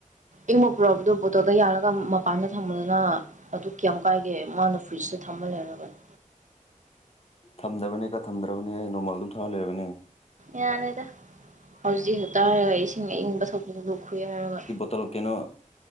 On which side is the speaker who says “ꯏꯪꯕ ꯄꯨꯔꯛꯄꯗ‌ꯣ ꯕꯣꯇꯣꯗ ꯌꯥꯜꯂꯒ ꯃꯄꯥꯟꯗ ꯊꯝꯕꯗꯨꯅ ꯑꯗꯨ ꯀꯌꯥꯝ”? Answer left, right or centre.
Right